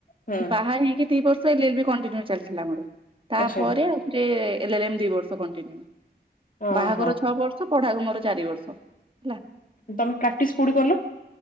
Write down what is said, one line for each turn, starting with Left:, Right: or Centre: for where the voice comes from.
Left: ହୁଁ
Right: ବାହା ହେଇକି ଦି ବର୍ଷ ସେଇ ଏଲ ଏଲ ବି କଣ୍ଟିନ୍ୟୁ ଚାଲିଥିଲା ମୋର। ତାପରେ
Left: ଆଚ୍ଛା
Right: ଆଉ ସେ ଏଲ ଏଲ ଏମ୍ ଦି ବର୍ଷ କଣ୍ଟିନ୍ୟୁ
Left: ହଁ
Right: ବାହାଘର
Left: ହଁ
Right: ଛଅ ବର୍ଷ ପଢାକୁ ମୋର ଚାରି ବର୍ଷ ହେଲା।
Left: ତମେ ପ୍ରାକ୍ଟିସ୍ କୋଠି କଲ।